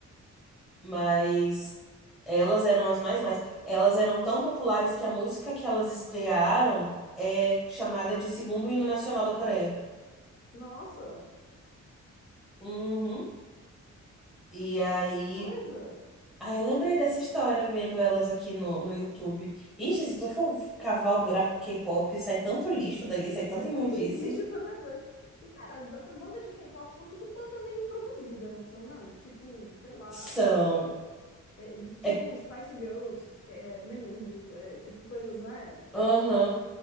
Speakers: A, in the centre; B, on the left.
A: Mas elas eram as mais mais. Elas eram tão populares que a música que elas estrearam é chamada de segundo hino nacional da Coreia.
B: Nossa,
A: Uhum. E aí.
B: que coisa!
A: Ah, eu lembrei dessa história vendo elas aqui no, no YouTube. Ixi, se tu for cavar o buraco K-pop, sai tanto lixo dali, sai tanta
B: Sai
A: imundice.
B: tanto <laughs> lixo, tanta coisa. E, cara, as- essas bandas de K-pop são tudo banda meio produzida, não são, não? Tipo, sei lá,
A: São.
B: é, ju- tipo
A: É.
B: Spice Girls, é, Menudo, é, tipo coisas, né?
A: Aham.